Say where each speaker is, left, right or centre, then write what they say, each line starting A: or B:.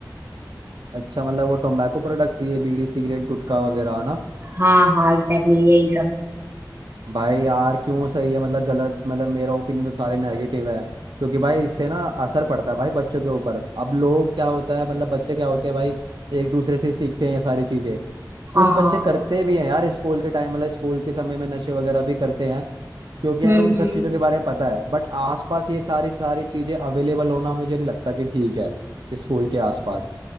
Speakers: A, on the right; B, on the right.
A: अच्छा मतलब वो टोबैको प्रोडक्ट्स ये बीड़ी सिगरेट गुटखा वगैरह है ना
B: हाँ हाँ एग्जैक्टली यही सब
A: भाई यार क्यों सही है मतलब गलत मतलब मेरा ओपिनियन तो सारे नेगेटिव है क्योंकि भाई इससे ना असर पड़ता है भाई बच्चों के ऊपर अब लोग क्या होता है मतलब बच्चे क्या होते हैं भाई एक दूसरे से ही सीखते हैं ये सारी चीजें कुछ
B: हाँ
A: बच्चे करते भी हैं यार स्कूल के टाइम मतलब स्कूल के समय में नशे वगैरह भी करते हैं क्योंकि
B: हम्म
A: यार उन
B: हम्म
A: सब चीजों के बारे में पता है बट आसपास ये सारी सारी चीजें अवेलेबल होना मुझे नहीं लगता कि ठीक है स्कूल के आसपास